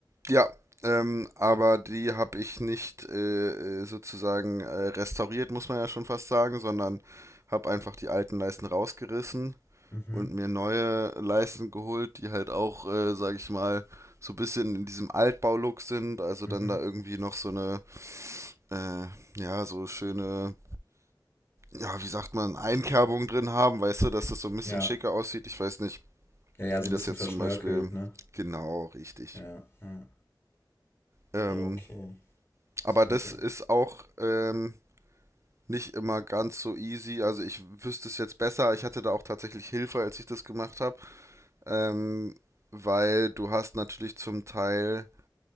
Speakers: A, on the right; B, on the left.
A: Ja, ähm, aber die habe ich nicht äh, äh, sozusagen äh, restauriert, muss man ja schon fast sagen, sondern habe einfach die alten Leisten rausgerissen
B: Mhm,
A: und mir neue Leisten geholt, die halt auch, äh, sag ich mal, so ein bisschen in diesem Altbau-Look sind. Also
B: mhm.
A: dann da irgendwie noch so eine Äh, ja, so schöne, ja, wie sagt man, Einkerbungen drin haben, weißt du, dass das so ein bisschen
B: Ja,
A: schicker aussieht. Ich weiß nicht,
B: ja, ja,
A: wie
B: so ein
A: das
B: bisschen
A: jetzt
B: verschnörkelt,
A: zum Beispiel
B: ne?
A: genau richtig.
B: Ja, ja.
A: Ähm,
B: Ja, okay, das
A: aber
B: klingt
A: das
B: ja eigentlich.
A: ist auch ähm, nicht immer ganz so easy. Also ich wüsste es jetzt besser. Ich hatte da auch tatsächlich Hilfe, als ich das gemacht habe. Ähm, weil du hast natürlich zum Teil